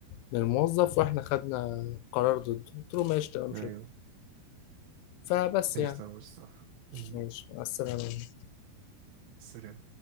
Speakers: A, on the left; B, on the right.
A: من الموظف واحنا خدنا قرار ضده قلت له ماشي تمام
B: ايوه
A: شكرا فبس
B: قشطة
A: يعني
B: يا مصطفى مم.
A: ماشي مع السلامة
B: سلام